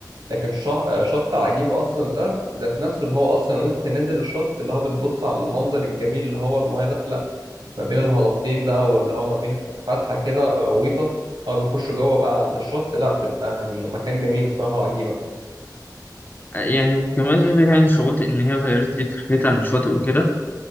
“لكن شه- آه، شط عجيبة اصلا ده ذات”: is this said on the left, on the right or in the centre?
Right